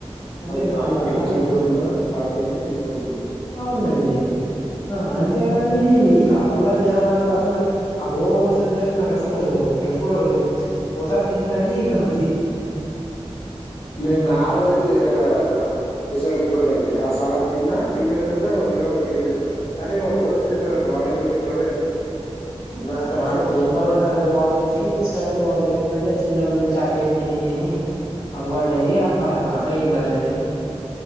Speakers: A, on the left (about 35°); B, on the left (about 65°).
A: అంతేకాదండి
B: అది నాలుగు
A: అలాగా
B: రుచిగా ఉన్నా కాకపోయినా తీసుకోవచ్చండి
A: అవునండి ఆ అంతేగాని కాలంలో జనాలంతా అసలు ఆ మో మోస్ అంటే నాకు అసలు ఎప్పుడు నేను ఒకసారి తిన్నా అండి తీ ఇంకనాది
B: నేను ఆ రోజే చేసిన సైడ్ అయిపోయినాండి అ సగం తిన్నా మిగిలినవి వేరే వాళ్ళకి వసేసినా కానీ వారు రోజు తింటాడంట వాడు ఎక్కడ తింటాడో ఏమో నాకు
A: వాళ్ళకి
B: అర్థం కాదు
A: ఏం పని ఉంటదండి వాళ్ళ రిచ్ పీపుల్స్ కదండి వాళ్ళకి ఎట్లాంటే చిన్నప్పుడు నుంచి చాక్లేట్ తిని తిని అలవాటు
B: ఆ
A: అయ్యి అట్లా అయింటదండి